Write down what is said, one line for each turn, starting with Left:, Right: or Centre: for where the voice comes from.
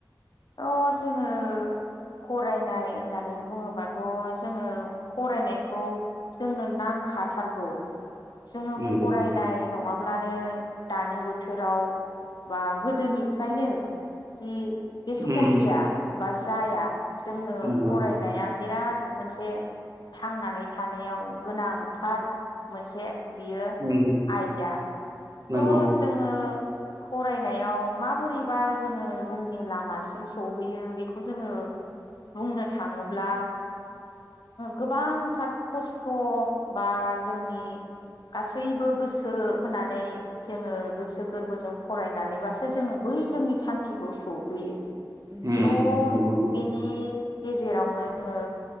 Left: थ' जोङो फरायनाय होननानै बुङोबाथ जोङो फरायनायखौ जोंनो नांखा थारगौ। जोङो
Right: नंगौ
Left: फरायनाय नङा ब्लानो दानि बोथोर राव बा गोदोनि फ्रायनो जि बे
Right: उम
Left: सलिया बा जाया जोंनो
Right: नंगौ
Left: फरायनाया बिराद मोनसे थांनानै थानायाव गोनां थार मोनसे बियो
Right: उम
Left: आयदा। थ'
Right: नंगौ
Left: जोङो फरायनायाव मा बोरैबा जोङो जोंनि लामा सिम सहैयो बेखौ जोङो बुंनो थाङोब्ला गोबां थार खस्थ बा जोंनि गासैबो गोसो होनानै जोङो गोसो गोरबो जों फरायनानै बासो जोङो बै जोंनि थांखिखौ सौहैयो।
Right: उम
Left: थ'
Right: नंगौ नोंथां।
Left: बिनि गेजेरावनो जोङो